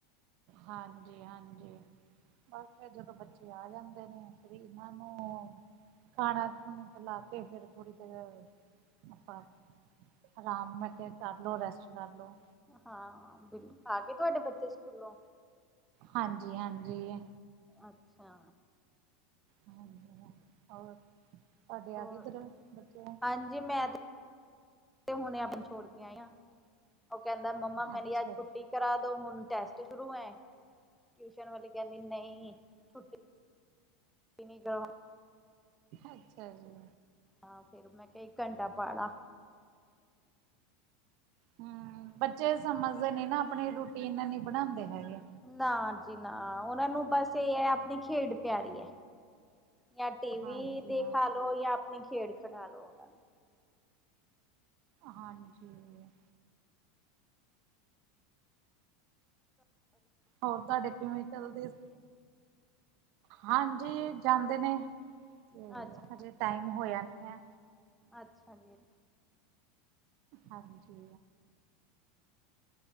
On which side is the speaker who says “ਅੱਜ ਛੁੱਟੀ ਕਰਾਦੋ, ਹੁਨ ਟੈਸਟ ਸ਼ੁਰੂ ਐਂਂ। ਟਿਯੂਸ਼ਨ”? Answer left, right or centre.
Centre